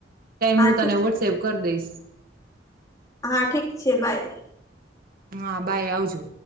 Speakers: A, on the right; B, on the left.
A: ટાઈમ
B: હા
A: હું
B: ઠીક
A: તને વોટ્સએપ કરી દઈશ.
B: હા ઠીક છે બાય.
A: હા બાય આવજો.